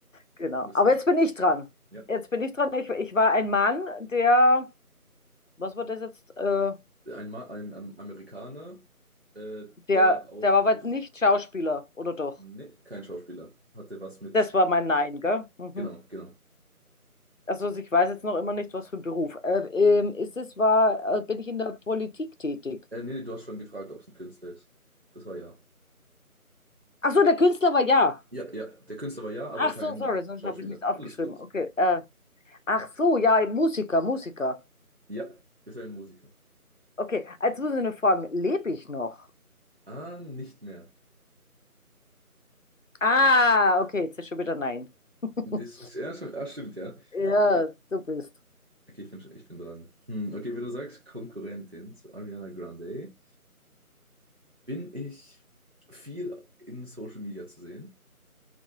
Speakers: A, on the left; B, on the right.
A: Genau.
B: du bist
A: Aber
B: dran.
A: jetzt bin ich dran.
B: Ja.
A: Jetzt bin ich dran. Ich, ich war ein Mann, der, was war das jetzt? Äh,
B: Ein, Ma ein, ein Amerikaner, äh,
A: der,
B: der auch
A: der war
B: durch.
A: aber nicht Schauspieler, oder doch?
B: Ne, kein Schauspieler. Hatte was mit
A: Das war mein Nein, gell? Mhm.
B: Genau, genau.
A: Also ich weiß jetzt noch immer nicht, was für ein Beruf. Äh, ähm, ist es war, äh, bin ich in der Politik tätig?
B: Äh, nee, nee, du hast schon gefragt, ob es ein Künstler ist. Das war ja.
A: Ach so, der Künstler war ja.
B: Ja, ja, der Künstler war ja, aber
A: Ach
B: kein
A: so, sorry, sonst
B: Schauspieler.
A: habe ich nichts aufgeschrieben.
B: Alles gut.
A: Okay. Äh, ach so, ja, Musiker, Musiker.
B: Ja, ist ein Musiker.
A: Okay, jetzt muss ich nur fragen, lebe ich noch?
B: Ah, nicht mehr.
A: Ah, okay, jetzt ist schon wieder nein. <laughs>
B: Das ist, ja, stimmt, ah, stimmt, ja.
A: Ja,
B: Okay,
A: du bist.
B: okay, ich bin, schon- ich bin dran. Hm, okay, wenn du sagst Konkurrentin zu Ariana Grande, bin ich viel in Social Media zu sehen?